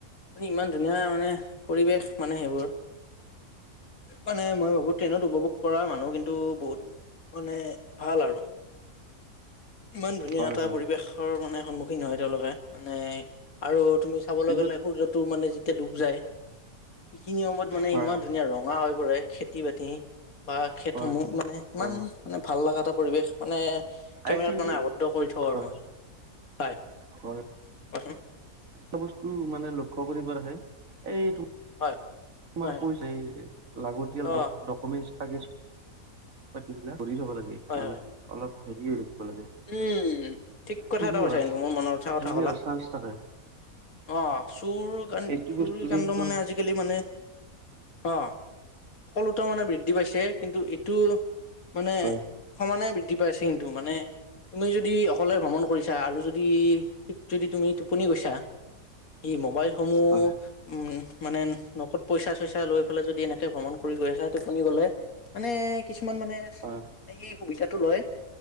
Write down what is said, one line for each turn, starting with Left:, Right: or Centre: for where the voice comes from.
Left: মানে ইমান ধুনীয়া মানে পৰিৱেশ মানে সেইবোৰ মানে মই ভাবো, ট্ৰেইনত উপভোগ কৰা মানুহ কিন্তু বহুত মানে ভাল আৰু ইমান ধুনীয়া
Right: হয়
Left: এটা
Right: হয়
Left: পৰিৱেশৰ মানে সন্মুখীন হয় তেওঁলোকে, মানে আৰু তুমি চাবলৈ
Right: কিন্তু
Left: গ'লে সূৰ্যটো মানে যেতিয়া ডুব যায়। সেইখিনি সময়ত মানে
Right: হয়
Left: ইমান ধুনীয়া ৰঙা হৈ পৰে। খেতি-বাতি বা খেতসমূহ
Right: হয়
Left: মানে, ইমান
Right: হয়
Left: মানে ভাল লগা এটা পৰিৱেশ মানে কেমেৰাত
Right: এই কিন্তু
Left: মানে আৱদ্ধ কৰি থওঁ
Right: হয়
Left: আৰু মই। হয়
Right: হয়
Left: <unintelligible>
Right: এটা বস্তু মানে লক্ষ্য কৰিব লাগে এইটো
Left: হয়।
Right: তোমাৰ
Left: হয়
Right: <unintelligible> লাগতিয়াল
Left: হয় অ
Right: ডকু ডকুমেণ্টচ কাগেজ পাতিবিলাক ঘূৰি ল'ব লাগে
Left: হয়
Right: মানে
Left: হয়
Right: অলপ হেৰি হৈ থাকিব লাগে।
Left: উম, ঠিক কথা
Right: চুৰি
Left: এটা
Right: হোৱাৰ
Left: কৈছা কিন্তু মোৰ মনৰ উথা কথা
Right: চুৰি
Left: ক'লা।
Right: হোৱাৰ চান্স থাকে
Left: অ', চুৰ কান
Right: এইটো
Left: চুৰি
Right: বস্তু
Left: কাণ্ড
Right: কিন্তু
Left: মানে আজি আজিকালি মানে, অ', সকলোতে মানে বৃদ্ধি পাইছে। কিন্তু এইটো মানে,
Right: হয়
Left: সমানে বৃদ্ধি পাইছে কিন্তু মানে তুমি যদি অকলে ভ্ৰমণ কৰিছা আৰু যদি ঠিক যদি তুমি টোপনি গৈছা সি মোবাইলসমূহ
Right: হয়
Left: উম মানে নখত পইচা চইচা লৈ পেলাই যদি, এনেকে ভ্ৰমণ কৰি গৈ আছা টোপনি গ'লে মানে কিছুমান মানে,
Right: হয়
Left: মানে সেই সুবিধাটো লয়